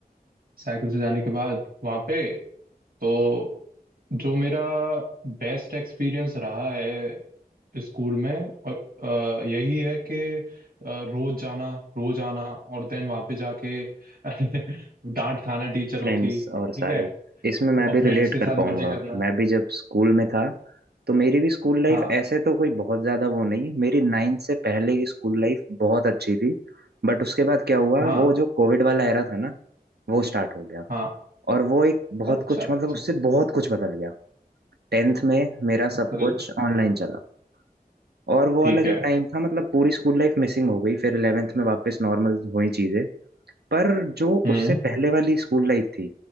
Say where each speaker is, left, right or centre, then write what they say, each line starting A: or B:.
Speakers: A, on the right; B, on the right.
A: साइकिल से जाने के बाद वहाँ पे तो जो मेरा बेस्ट एक्सपीरियंस रहा है स्कूल में और अ, यही है कि अ, रोज जाना रोज आना और देन वहां पे जाके <laughs> डांट खाना टीचरों
B: फ्रेंड्स
A: की
B: और सारे
A: ठीक है
B: इसमें मैं
A: तो और
B: भी
A: फ्रेंड्स
B: रिलेट
A: के
B: कर
A: साथ
B: पाऊंगा
A: मजे करना
B: मैं भी जब स्कूल में था तो मेरी भी स्कूल लाइफ
A: हाँ
B: ऐसे तो कोई बहुत ज़्यादा वो नहीं मेरी नाइन्थ से पहले की स्कूल लाइफ बहुत अच्छी थी बट उसके बाद क्या हुआ
A: हाँ
B: वो जो कोविड वाला एरा था ना वो स्टार्ट हो गया
A: हाँ
B: और वो एक बहुत
A: अच्छा
B: कुछ
A: अच्छा
B: मतलब उससे बहुत कुछ बदल गया टेंथ में मेरा सब
A: चल
B: कुछ ऑनलाइन चला और वो
A: ठीक
B: वाला जो
A: है
B: टाइम था मतलब पूरी स्कूल लाइफ मिसिंग हो गई फिर इलेवेंथ में वापस नॉर्मल हुई चीज़ें पर जो
A: हम्म
B: उससे पहले वाली स्कूल लाइफ थी